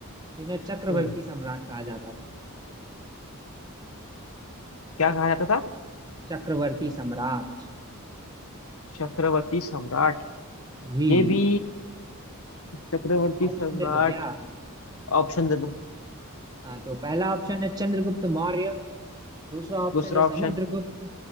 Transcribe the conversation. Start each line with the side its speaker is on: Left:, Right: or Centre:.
Right: जिन्हें चक्रवर्ती
Left: हम्म
Right: सम्राट कहा जाता था
Left: क्या कहा जाता था
Right: चक्रवर्ती सम्राट
Left: चक्रवर्ती सम्राट
Right: जी
Left: ये भी चक्रवर्ती
Right: ऑप्शन
Left: सम्राट
Right: दे दूं क्या
Left: ऑप्शन दे दो
Right: हाँ तो पहला ऑप्शन है चंद्रगुप्त मौर्य दूसरा ऑप्शन
Left: दूसरा
Right: है समुद्रगुप्त
Left: ऑप्शन